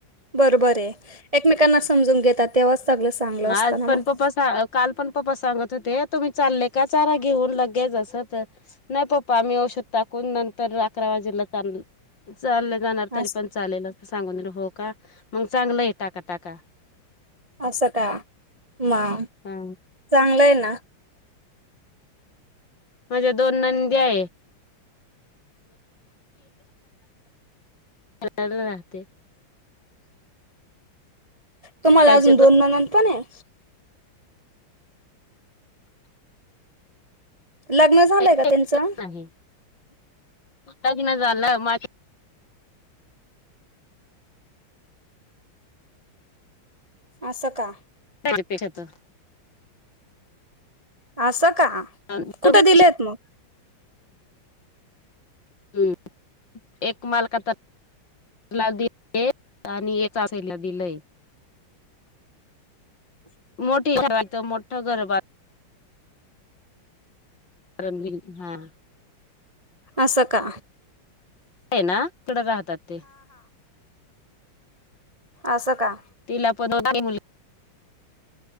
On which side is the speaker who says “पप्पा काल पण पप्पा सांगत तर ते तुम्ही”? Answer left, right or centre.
Left